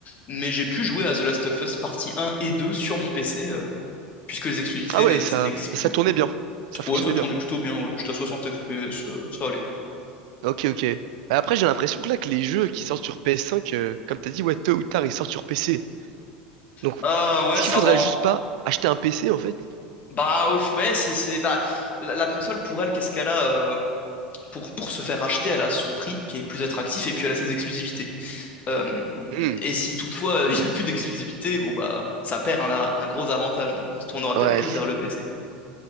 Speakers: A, on the left (about 35°); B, on the right (about 60°).
A: mais j'ai pu jouer à The Last of Us partie 1 et 2 sur mon PC, euh, puisque les exclusivités,
B: Ah
A: n-
B: ouais, ça...
A: ça n'existe
B: Et
A: plus
B: ça
A: beaucoup.
B: tournait bien. Ça fonctionnait
A: Ouais, ça tournait
B: bien.
A: plutôt bien, ouais. J'étais à 60 FPS, euh, ça allait.
B: Ok, ok. Bah après, j'ai l'impression que là, que les jeux qui sortent sur PS5, euh, comme t'as dit, ouais, tôt ou tard, ils sortent sur PC. Donc,
A: Bah, ouais,
B: est-ce
A: ça
B: qu'il faudrait
A: rend...
B: juste pas acheter un PC, en fait?
A: Bah, au f- ouais, c'est... c'est- Bah, la, la console, pour elle, qu'est-ce qu'elle a? euh, pour, pour se faire acheter, elle a son prix qui est plus attractif et puis elle a ses exclusivités. Euh,
B: Hmm.
A: et si toutefois euh, <laughs> il euh, n'y a plus d'exclusivité, bon bah ça perd un, un gros avantage, donc on se tournera
B: Ouais,
A: peut-être plus
B: c-
A: vers le PC.